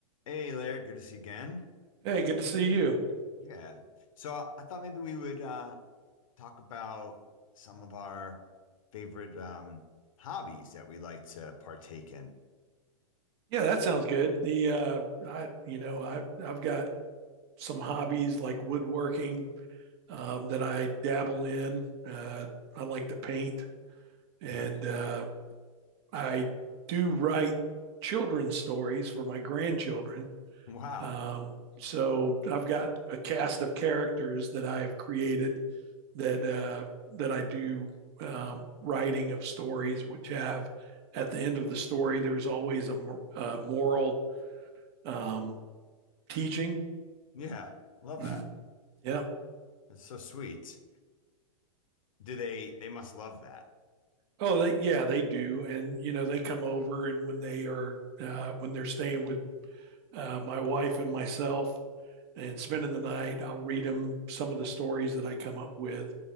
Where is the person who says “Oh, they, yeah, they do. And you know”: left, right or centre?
Right